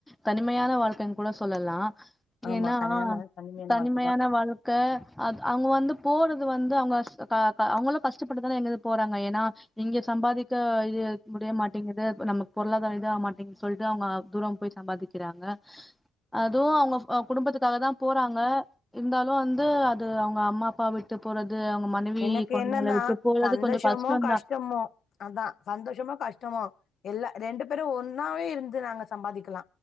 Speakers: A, in the centre; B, on the left.
A: தனிமையான வாழ்க்கன் கூட சொல்லலா
B: ஆமா
A: ஏன்னா
B: கல்யாணம்னா
A: தனிமையான
B: வாழ்க்கதா
A: வாழ்க்க அத் அவுங்க வந்து போறது வந்து அவுங்க அஸ் க க அவுங்களு கஷ்டப்பட்டுதான இங்கேருந்து போறாங்க ஏன்னா இங்க சம்பாதிக்க இது முடிய மாட்டேங்கிது நமக்கு பொருளாதாரொ இதாக மாட்டேங் சொல்ட்டுதா அவுங்க தூரம் போய் சம்பாதிக்கிறாங்க அதுவு அவுங்க அ குடும்பத்துக்காக தா போறாங்க இருந்தாலு வந்து அது அவுங்க அம்மா அப்பா விட்டு போற து அவுங்க மனைவி
B: எனக்கு
A: கொழந்தங்கள
B: என்னன்னா
A: விட்டு போறது
B: சந்தோஷமோ
A: கொஞ்சோ கஷ்டோந்தா
B: கஷ்டமோ அதா சந்தோஷமோ கஷ்டமோ எ இல்ல ரெண்டு பேரு ஒன்னாவே இருந்து நாங்க சம்பாதிக்கலா